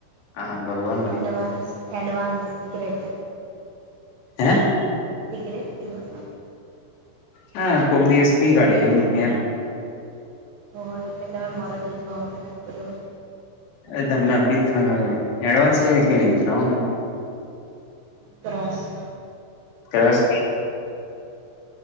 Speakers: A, on the left; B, on the right.
A: હા ભગવાન.
B: એડવાન્સ એડવાન્સ સીગ્રેટ
A: હે
B: સિગરેટ પીઓ છો.
A: હા કોક દિવસ પી કાઢીએ એવુંમ.
B: હોય એટલે તમે મરો દ છો ખરાબ બરોબર.
A: અ તમને હ બી ખ મળ એડવાન્સ એ કે બીધ
B: ત્રસ
A: તસ